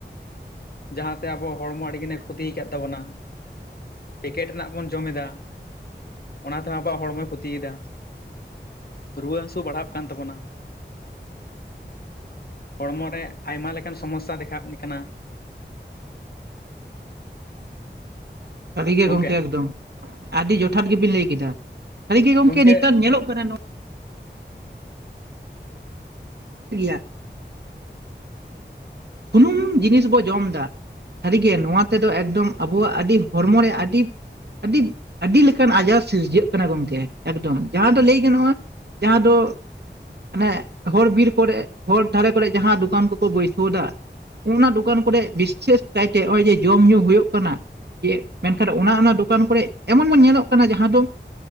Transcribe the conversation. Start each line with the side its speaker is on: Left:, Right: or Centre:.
Left: ᱡᱟᱦᱟᱸᱛᱮ ᱟᱵᱚ ᱦᱚᱲᱢᱚ ᱟᱹᱰᱤ ᱜᱟᱱᱮ ᱠᱷᱚᱛᱤᱭ ᱟᱠᱟᱫ ᱛᱟᱵᱚᱱᱟ᱾ ᱯᱮᱠᱮᱴ ᱨᱮᱱᱟᱜ ᱵᱚᱱ ᱡᱚᱢ ᱮᱫᱟ᱾ ᱚᱱᱟ ᱛᱮᱦᱚᱸ ᱟᱵᱚᱣᱟᱜ ᱦᱚᱲᱢᱚᱭ ᱠᱷᱚᱛᱤᱭᱮᱫᱟ ᱨᱩᱣᱟᱹ ᱦᱟᱹᱥᱩ ᱵᱟᱲᱦᱟᱜ ᱠᱟᱱ ᱛᱟᱵᱚᱱᱟ᱾ ᱦᱚᱲᱢᱚ ᱨᱮ ᱟᱭᱢᱟ ᱞᱮᱠᱟᱱ ᱥᱚᱢᱚᱥᱥᱟ ᱫᱮᱠᱷᱟᱣ ᱠᱟᱱᱟ᱾
Right: ᱥᱟᱹᱨᱤᱜᱮ
Left: ᱜᱚᱝᱠᱮ
Right: ᱜᱚᱢᱠᱮ ᱮᱠᱫᱚᱢ, ᱟᱹᱰᱤ ᱡᱚᱛᱷᱟᱛ ᱜᱮᱵᱤᱱ ᱞᱟᱹᱭ ᱠᱮᱫᱟ ᱥᱟᱹᱨᱤᱜᱮ ᱜᱚᱢᱠᱮ
Left: ᱜᱚᱝᱠᱮ
Right: ᱱᱮᱛᱟᱨ ᱧᱮᱞᱚᱜ ᱠᱟᱱᱟ ᱜᱮᱭᱟ᱾ ᱥᱩᱱᱩᱢ ᱡᱤᱱᱤᱥ ᱵᱚ ᱡᱚᱢ ᱮᱫᱟ ᱥᱟᱹᱨᱤᱜᱮ ᱱᱚᱣᱟ ᱛᱮᱫᱚ ᱮᱠᱫᱚᱢ ᱟᱵᱚᱣᱟᱜ ᱟᱹᱰᱤ ᱦᱚᱲᱢᱚ ᱨᱮ ᱟᱹᱰᱤ ᱟᱹᱰᱤ ᱟᱹᱰᱤ ᱞᱮᱠᱟᱱ ᱟᱡᱟᱨ ᱥᱤᱨᱡᱟᱹᱜ ᱠᱟᱱᱟ ᱜᱚᱢᱠᱮ, ᱮᱠᱫᱚᱢ ᱡᱟᱦᱟᱸ ᱫᱚ ᱞᱟᱹᱭ ᱜᱟᱱᱚᱜᱼᱟ ᱡᱟᱦᱟᱸ ᱫᱚ ᱢᱟᱱᱮ ᱦᱚᱨ ᱵᱤᱨ ᱠᱚᱨᱮ ᱦᱚᱨ ᱫᱷᱟᱨᱮ ᱠᱚᱨᱮ ᱡᱟᱦᱟᱸ ᱫᱚᱠᱟᱱ ᱠᱚ ᱠᱚ ᱵᱟᱹᱭᱥᱟᱹᱣᱫᱟ ᱚᱱᱟ ᱫᱚᱠᱟᱱ ᱠᱚᱨᱮᱫ ᱵᱤᱥᱮᱥ ᱠᱟᱭᱛᱮ ᱱᱚᱜᱼᱚᱭ ᱡᱮ ᱡᱚᱢᱼ ᱧᱩ ᱦᱳᱭᱳᱜ ᱠᱟᱱᱟ᱾ ᱢᱮᱱᱠᱷᱟᱱ ᱚᱱᱚ ᱚᱱᱟ ᱫᱚᱠᱟᱱ ᱠᱚᱨᱮᱫ ᱮᱢᱚᱱ ᱮᱢᱚᱱ ᱧᱮᱞᱚᱜ ᱠᱟᱱᱟ ᱡᱟᱦᱟᱸ ᱫᱚ